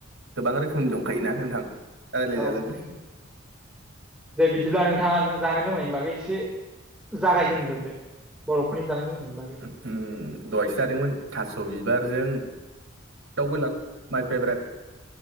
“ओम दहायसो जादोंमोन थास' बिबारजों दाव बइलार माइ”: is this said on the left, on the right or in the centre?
Right